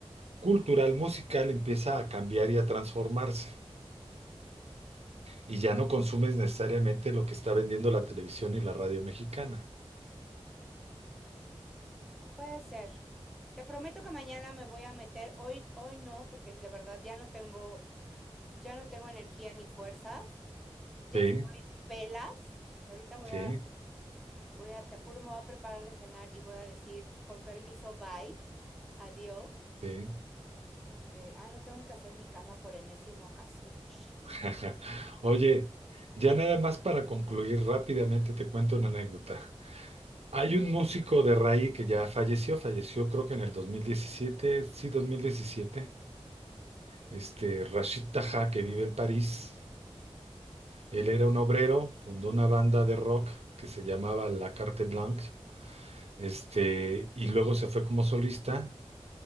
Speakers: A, on the right; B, in the centre.
A: cultural musical empieza a cambiar y a transformarse. Y ya no consumes necesariamente lo que está vendiendo la televisión y la radio mexicana.
B: Puede ser. Te prometo que mañana me voy a meter. Hoy, hoy no, porque de verdad ya no tengo, ya no tengo energía ni fuerzas. Ya
A: Sí,
B: estoy pelas. Ahorita voy
A: sí,
B: a, voy a, te juro, me voy a preparar de cenar y voy a decir, con permiso, bye. Adiós.
A: sí.
B: Este, ah, no tengo que hacer mi cama por enésima ocasión. Ching.
A: <laughs> Oye, ya nada más para concluir rápidamente te cuento una anécdota. Hay un músico de raíz que ya falleció, falleció creo que en el 2017, sí, 2017. este Rashid Taha, que vive en París. Él era un obrero, fundó una banda de rock que se llamaba La Carte Blanche, este, y luego se fue como solista,